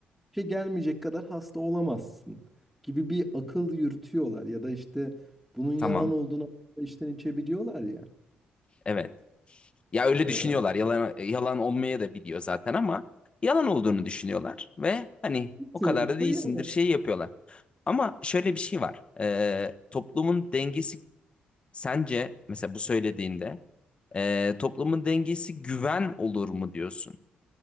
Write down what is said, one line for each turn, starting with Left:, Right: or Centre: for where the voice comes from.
Centre: şey gelmeyecek kadar hasta olamazsın gibi bir akıl yürütüyorlar ya da işte bunun yalan
Left: Tamam.
Centre: olduğunu işten içten içebiliyorlar ya.
Left: Evet. Ya öyle
Centre: Ee,
Left: düşünüyorlar. Yalan yalan olmaya da biliyor zaten ama yalan olduğunu düşünüyorlar ve hani o
Centre: çoğunlukla
Left: kadar da değilsindir
Centre: yalan.
Left: şey yapıyorlar. Ama şöyle bir şey var. Ee, toplumun dengesi sence mesela bu söylediğinde ee, toplumun dengesi güven olur mu diyorsun?